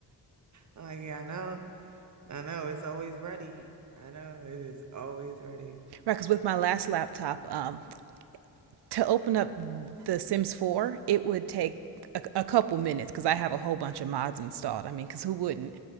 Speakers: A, on the right; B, on the right.
A: I'm like, yeah, I know. I know it's always ready. I know it is always ready.
B: Right, because with my last laptop, um, to open up The Sims 4, it would take a, a couple minutes because I have a whole bunch of mods installed. I mean, because who wouldn't?